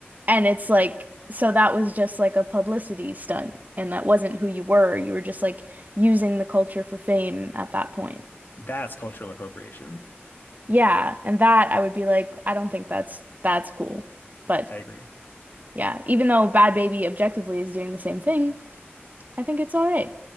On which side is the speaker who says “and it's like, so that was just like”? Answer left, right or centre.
Right